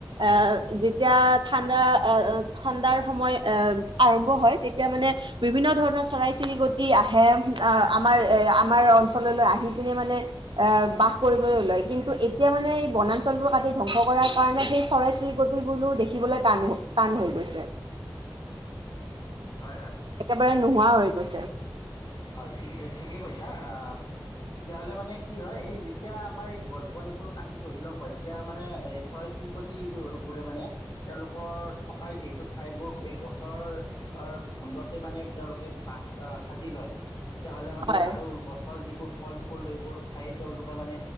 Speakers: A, on the right; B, on the left.
A: আহ যেতিয়া ঠাণ্ডা আহ ঠাণ্ডাৰ সময় আহ, আৰম্ভ হয়, তেতিয়া মানে বিভিন্ন ধৰণৰ, চৰাই- চিৰিকটি আহে আ, আমাৰ এ' আমাৰ অঞ্চল, ললৈ আহি পিনে মানে এ' বাস কৰিবলৈ লয়, কিন্তু এতিয়া মানে এই বনাঞ্চলবোৰ কাটি ধ্বংস কৰাৰ কাৰণে সেই চৰাই চিৰিকটিবোৰো দেখিবলৈ টান, টান হৈ গৈছে।
B: হয় -হয়
A: একেবাৰে নোহোৱা হৈ গৈছে।
B: হয় ঠিক ঠিকে কৈছা, আহ তেতিয়াহলে মানে কি হয় এই যেতিয়া আমাৰ এই গছ বনিবোৰ কাটি তহিলং কৰে তেতিয়া মানে এই ছয় চিৰিকট বোৰে মানে, তেওঁলোকৰ থকা যিহেতু ঠাইবোৰ এই গছৰ ধন্দতে মানে তেওঁলোকে বাস সাজি লয়। তেতিয়াাহ'লে মানে
A: হয়।
B: আৰু গছৰ যিবোৰ ফল ফুল এইবোৰ খাই তেওঁলোকে মানে